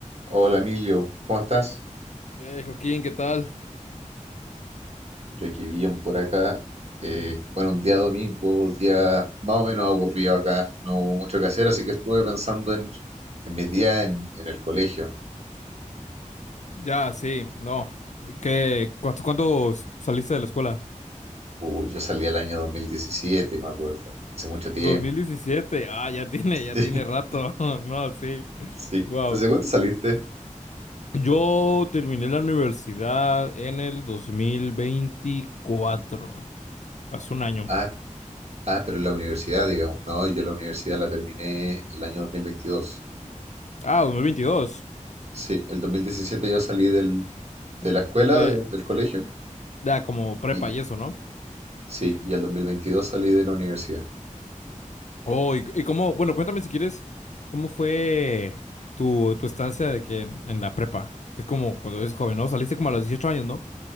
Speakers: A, on the right; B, on the left.
A: Hola Emilio, ¿cómo estás?
B: Eh, Joaquín, ¿qué tal?
A: Yo aquí bien por acá. Eh, bueno, un día domingo, día más o menos aburrido acá. No hubo mucho que hacer, así que estuve pensando en, en mis días en, en el colegio.
B: Ya, sí, no. ¿Qué, cuánto, cuándo saliste de la escuela?
A: Uh, yo salí el año 2017, me acuerdo. Hace mucho tiempo.
B: Dos mil
A: <laughs>
B: diecisiete, Ah, ya tiene,
A: Sí,
B: ya tiene rato. <laughs> No, sí.
A: sí.
B: Wow.
A: Entonces, ¿cuánto saliste?
B: Yo terminé la universidad en el dos mil veinticuatro, Hace un año.
A: Ah, ah, pero en la universidad, digamos. No, yo la universidad la terminé el año 2022.
B: Ah, dos mil veintidós,
A: Sí, el 2017 yo salí del, de la escuela,
B: De,
A: de- del colegio.
B: ya, como prepa
A: Y,
B: y eso, ¿no?
A: Sí, y el 2022 salí de la universidad.
B: Oh, y, y cómo, bueno, cuéntame si quieres, ¿cómo fue tu, tu estancia de que en, en la prepa? Es como cuando eres joven, ¿no? Saliste como a los 18 años, ¿no?